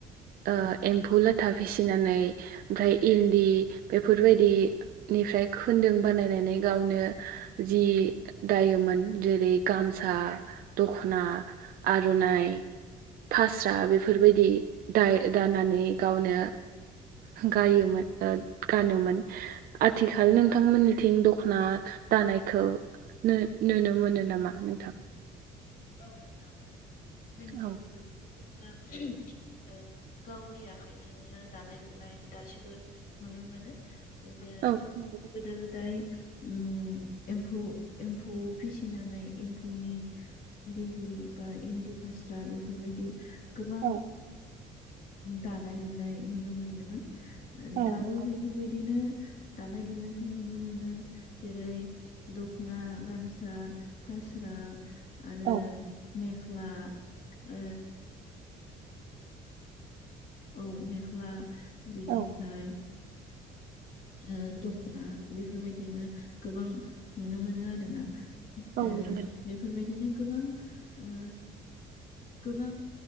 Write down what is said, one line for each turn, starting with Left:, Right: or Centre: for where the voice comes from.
Right: दा एम्फौ लाथा फिसिनानै ओमफ्राय इन्दि बेफोरबायदिनि मफ्राय खोन्दों बानायनानै गावनो जि दायोमोन जेरै गामसा दखना आर'नाइ फास्रा बेफोरबायदि दा-दानानै गावनो गायोमोन- ओ गानोमोन आथिखाल नोंथांमोननिथिं दख'ना दानाय- खौ नुनो मोनो नामा नोंथां?
Left: औ नोंथां औ जोंनिथिबो
Right: औ
Left: बेे ओ गावनि आखाइजोंनो दानाय लुनाय दासिबो नुनो मोनो जे
Right: औ नंगौ।
Left: गोदो गोदाय उम एम्फौ एम्फौ फिसिनानै एम्फौनि इन्दिहि बा इन्दि फास्रा बेफोरबायदि गोबां
Right: औ
Left: दानाय लुनाय नुनो मोनोमोन
Right: औ
Left: दाबो
Right: नंगौ
Left: बेफोरबायदिनो दानाय लुनायखौ नुनो मोनो जेरै दख'ना, गामसा, फास्रा आरो
Right: औ
Left: मेख्ला ओ औ मेख्ला बेनिफ्राय
Right: औ
Left: ओ दख्ना बेफोरबायदिनो गोबां नुनो मोनो आरोना
Right: औ
Left: ओ
Right: नांगोन
Left: बेफोरबायदिनो गोबां ओ गोबां